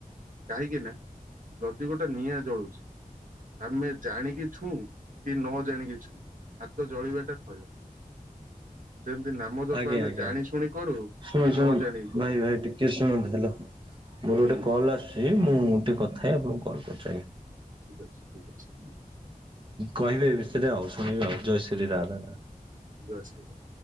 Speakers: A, on the right; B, on the right.
A: କାହିଁକି ନା ଯଦି ଗୋଟେ ନିଆଁ ଜଳୁଚି, ଆମେ ଜାଣିକି ଛୁଉଁ କି ନ ଜାଣିକି ଛୁଉଁ ହାତ ଜଳିବାଟା ଥୟ। ସେମିତି ନାମ ଜପ
B: ଆଜ୍ଞା
A: ଆମେ
B: ଆଜ୍ଞା।
A: ଜାଣି ଶୁଣି କରୁ
B: ଶୁଣନ୍ତୁ
A: କି
B: ଶୁଣନ୍ତୁ
A: ନ ଜାଣିକି କରୁ
B: ଭାଇ ଭାଇ ଟିକେ ଶୁଣନ୍ତୁ। ହାଲୋ ମୋର ଗୋଟେ
A: ହୁଁ
B: କଲ୍ ଆସୁଚି ମୁଁ ଟିକେ କଥା ହେଇ ଆପଣଙ୍କୁ କଲ୍ କରୁଚି ଆଜ୍ଞା।
A: ଠିକ୍ ଅଛି ଠିକ୍ ଅଛି।
B: କହିବେ ଏ ବିଷରେ ଆଉ ଶୁଣିବି ଆଉ। ଜୟଶ୍ରୀ ରାଧା ରାଧା।
A: ଜୟ ଶ୍ରୀ <unintelligible>